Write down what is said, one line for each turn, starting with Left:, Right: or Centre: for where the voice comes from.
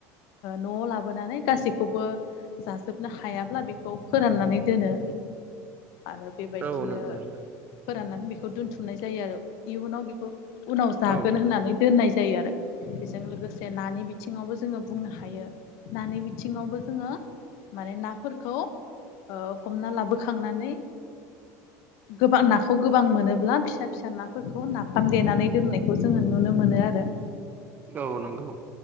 Left: न'आव लाबोनानै गासैखौबो जाजोबनो हायाब्ला बेखौ फोराननानै दोनो आरो बेबायदिनो
Right: औ नंगौ नोंथां
Left: फोराननानै बेखौ दोनथुमनाय जायो आरो इयुनाव बेखौ उनाव जागोन
Right: औ
Left: होननानै दोननाय जायो आरो बेजों लोगोसे नानि बिथिङावबो जोङो बुंनो हायो नानि बिथिङावबो जोंङो माने नाफोरखौ ओ हमना लाबोखांनानै गोबां नाखौ गोबां मोनोब्ला फिसा फिसा नाफोरखौ नाफाम देनानै दोननायखौ जोङो नुनो मोनो आरो
Right: औ नंगौ